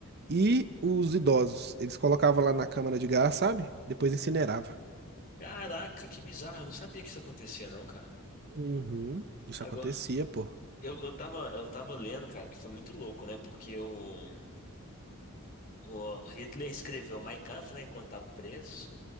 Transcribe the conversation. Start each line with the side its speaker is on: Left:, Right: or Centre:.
Right: e os idosos. Eles colocavam lá na câmara de gás, sabe? Depois incinerava.
Left: Caraca, que bizarro. Eu não sabia que isso acontecia, não, cara.
Right: Uhum. Isso
Left: Agora,
Right: acontecia, pô.
Left: eu, eu tava, eu tava lendo, cara, que foi muito louco, né? Porque o, o Hitler escreveu Mein Kampf, né, enquanto tava preso.